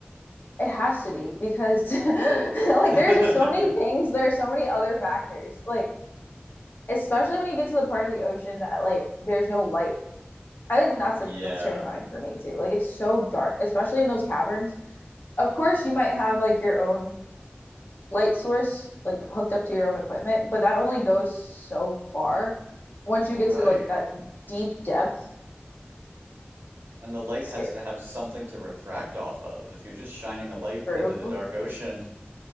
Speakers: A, on the left (about 55°); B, on the right (about 70°).
A: It has to be because <laughs> like
B: <laughs>
A: there's just so many things. There are so many other factors. Like especially when you get to the part of the ocean that like there's no light. I think that's like
B: Yeah,
A: what's terrifying for me too. Like it's so dark, especially in those caverns. Of course, you might have like your own light source like hooked up to your own equipment, but that only goes so far. Once you
B: right.
A: get to like that deep depth,
B: And the light
A: scary.
B: has to have something to refract off of. If you're just shining a light
A: True.
B: into the dark ocean